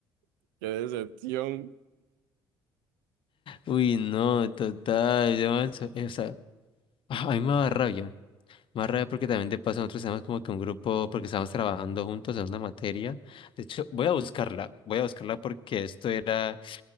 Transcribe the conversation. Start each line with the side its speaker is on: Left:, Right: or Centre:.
Right: <laughs> qué decepción.
Left: Uy, no, total, yo, eso- eh, o sea, ah, a mí me da rabia. Me da rabia porque también te pasan otros temas como que un grupo, porque estábamos trabajando juntos en una materia. De hecho, voy a buscarla, voy a buscarla porque esto era